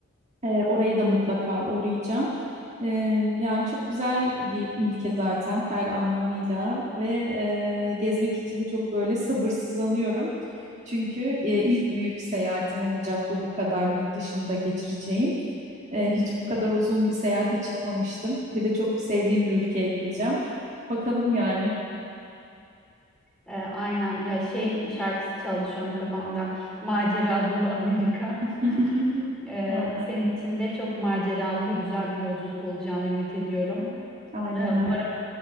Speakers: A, on the right; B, in the centre.
A: Ee, oraya da mutlaka uğrayacağım. Ee, yani çok güzel bir ülke zaten her anlamıyla ve e, gezmek için de çok böyle sabırsızlanıyorum. Çünkü e, ilk büyük seyahatim olacak bu bu kadar yurt dışında geçireceğim. Ee,
B: Hı
A: hiç
B: hı.
A: bu kadar uzun bir seyahate çıkmamıştım. Bir de çok sevdiğim bir ülkeye gideceğim. Bakalım yani.
B: E, aynen ya şey şarkısı çaldı şu an kafamda. Macera dolu Amerika.
A: <laughs>
B: <laughs> E,
A: Aynen,
B: senin için de çok maceralı ve güzel bir yolculuk olacağını ümit ediyorum.
A: aynen
B: E, umarım
A: öyle.